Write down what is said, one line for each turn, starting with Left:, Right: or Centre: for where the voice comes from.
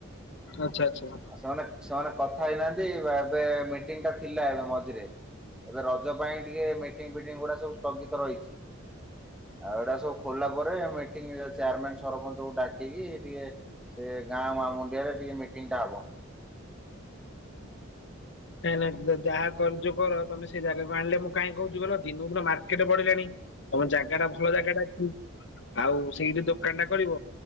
Left: ଆଚ୍ଛା ଆଚ୍ଛା।
Centre: ସେମାନେ ସେମାନେ କଥା ହେଇନାହାନ୍ତି ଏବେ ମିଟିଂ ଟା ଥିଲା ଏବେ ମଝିରେ ଏବେ ରଜ ପାଇଁ ଟିକେ ମିଟିଂ ଫିଟିଂ ଗୁଡା ସବୁ ସ୍ଥଗିତ ରହିଛି। ଆଉ ଏଢା ସବୁ ଖୋଲିଲା ପରେ ମିଟିଂରେ ଚେୟାରମ୍ୟାନ୍ ସରପଞ୍ଚଙ୍କୁ ଡାକିକି ଟିକେ ସେ ଗାଁ ମାଁ ମନ୍ଦିର ରେ ଟିକେ ମିଟିଂ ଟା ହବ।
Left: ନାଇଁ ନାଇଁ ଯାହା କରୁଚ କର ତମେ ସେ ଜାଗାକୁ ଆଣିଲେ ମୁଁ କାଇଁ କହୁଚି କଇଲ ଦିନକୁ ଦିନ ମାର୍କେଟ ବଢିଲାଣି। ଆମ ଜାଗା ଟା ଭଲ ଜାଗାଟା ଅଛି ଆଉ ସେଇଠି ଦୋକାନ ଟା କରିବ।